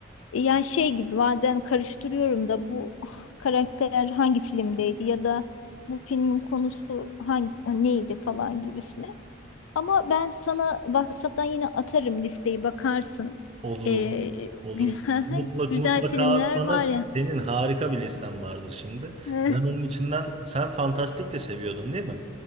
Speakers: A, on the left; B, on the right.
A: e, yani şey gibi bazen karıştırıyorum da bu ah, karakter hangi filmdeydi ya da bu filmin konusu hangi neydi falan gibisine. Ama ben sana WhatsApp'tan yine atarım listeyi bakarsın.
B: Olur
A: Ee,
B: olur. Olur. Mutlak
A: <laughs> güzel
B: mutlaka
A: filmler
B: atlana
A: var
B: senin
A: ya.
B: harika bir listen vardır şimdi.
A: <laughs>
B: Ben onun içinden sen fantastik de seviyordun değil mi?